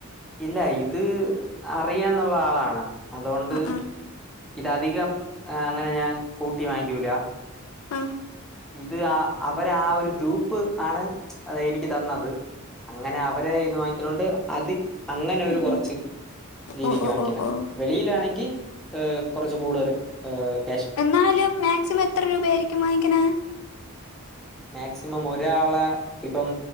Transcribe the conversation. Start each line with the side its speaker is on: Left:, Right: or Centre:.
Centre: ഇല്ല ഇത് അറിയന്നുള്ള ആളാണ് അതൊണ്ട്
Left: ആ ആ
Centre: ഇത്ധികം ആ അങ്ങനെ ഞാൻ കൂട്ടിവാ ക്കുലാ
Left: ആ
Centre: ഇത് ആ അവർ ആ ഒരു ഗ്രൂപ്പ് ആണ് അ എനിക്ക് തന്നത് അങ്ങനെ അവരെ ഇന്ന് വാങ്ങിക്കണോണ്ട് അത് അങ്ങനെ ഒരു
Left: ഉം
Centre: കുറച്ച്
Left: ഉം
Centre: രീതിക്ക്
Left: ഓ ഓ
Centre: വാങ്ങിക്കണ
Left: ഓ ഓ
Centre: വെളിയിലാണെങ്കിൽ ഏ കുറച്ച് കൂടുതൽ ഏ
Left: എന്നാലും മാക്സിമം എത്ര രൂപ ആയിരിക്കും വാങ്ങിക്കണ
Centre: മാക്സിമം ഒരാളെ ഇപ്പം